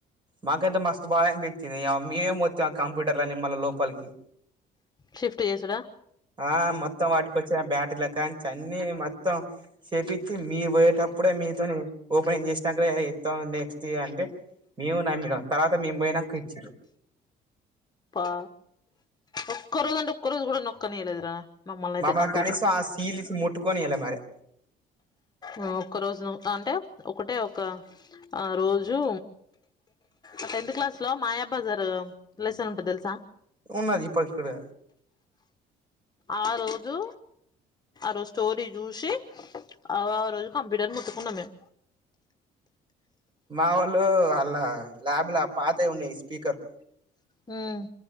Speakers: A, on the right; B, on the left.
A: మాకైతే మస్తు బా అన్పిచ్చింది ఇయా మీయే మోత్తి ఆ కంప్యూటర్లన్ని మల్ళ లోపల్కి
B: షిఫ్టు జేసుడా
A: ఆ మొత్తం వాటికొచ్చిన బ్యాటిల కాంచి అన్నీ మొత్తం సేపిత్తి మీ బోయేటప్పుడే మీతో ఓపెనింగ్ జేషినాకనే ఇత్తాం నెక్స్ట్ అంటే మేమూ నమ్మినం తర్వాత మేమ్ బోయినాక ఇచ్చిర్రు
B: పా ఒక్క రోజ్ అంటే ఒక్క రోజ్ గుడ నొక్కనీయలేదురా మమ్మల్ని అయితే
A: మమ్మల్న్
B: కంప్యూటర్
A: కనీసం ఆ సీలిస్ ముట్టుకోనీయలే మరి
B: ఆ ఒక్క రోజును అంటే ఒకటే ఒక ఆ రోజు అ టెన్త్ క్లాస్ లో మాయాబజారు తె ఉంటద్ తెలుసా
A: ఉన్నది ఇప్పటిక్కూడా
B: ఆ రోజు ఆ రోజు స్టోరీ జూసి అగో ఆ రోజు కంప్యూటర్ ముట్టుకున్నం మేం
A: మా వోళ్ళు ఆళ్ల ల్యాబ్ ల పాతయి ఉన్నయి స్పీకర్లు
B: ఉమ్